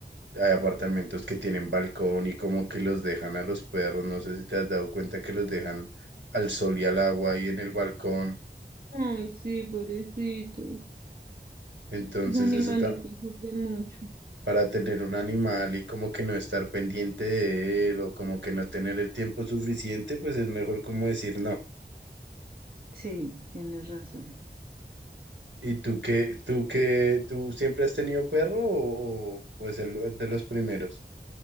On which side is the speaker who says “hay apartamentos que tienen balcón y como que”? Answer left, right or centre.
Right